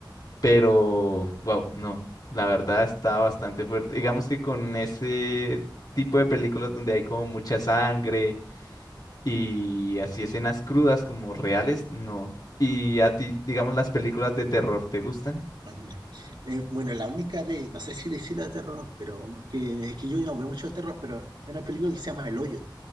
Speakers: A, on the left; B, on the right.
A: pero wow, no, la verdad está bastante fuerte. Digamos que con ese tipo de películas donde hay como mucha sangre y así escenas crudas como reales, no. ¿Y a ti, digamos, las películas de terror, te gustan?
B: Ah, ya. Eh, bueno, la única de, no sé si decirla de terror, pero que, es que yo no veo mucho de terror, pero hay una película que se llama El Hoyo,